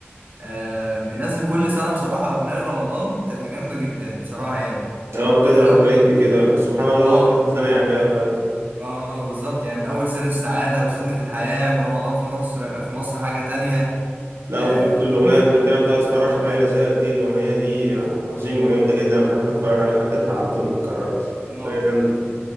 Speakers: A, on the right (about 45°); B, on the right (about 80°).
A: آه بينزل كل سنه بصراحه اغنيه رمضان بتبقى جامده جدا بصراحه يعني
B: أه بتضرب
A: من اول
B: ترند كده سبحان الله
A: اه
B: بقى كذا سنة يعملها كويس،
A: اه بالظبط يعني من اول سر السعاده وسنه الحياه ورمضان في مصر في مصر حاجه تانية
B: لا
A: اه
B: وشفت الأغنية
A: كله-
B: الأخيرة بتاعت فرح ليلى زاهر دي الأغنية دي يعني عظيمة جامدة جدا أنا بحب أتفرج عليها حتتها على طول بتكرر،
A: آه.
B: أغنية جامدة،